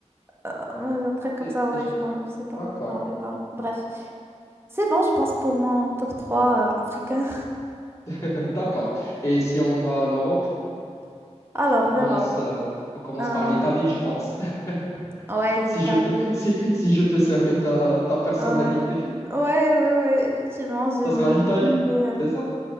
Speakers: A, on the right; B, on the left.
A: Euh, un truc comme
B: c'est...
A: ça,
B: c'est
A: ouais,
B: cher.
A: je pense, je sais pas,
B: D'accord.
A: je me rappelle pas. Bref. C'est bon, je pense, pour mon top trois euh, africain.
B: <laughs> D'accord. Et si on va à l'Europe,
A: <laughs> Alors,
B: on commence,
A: l'Europe.
B: euh, on commence
A: Euh,
B: par l'Italie, je pense. <laughs>
A: ouais, l'Italie.
B: Si je peux, si, si je peux cerner ta, ta personnalité,
A: Ouais. Ouais, ouais, ouais, effectivement,
B: <laughs>
A: j'aimerais
B: ça sera l'Italie.
A: bien visiter
B: C'est ça?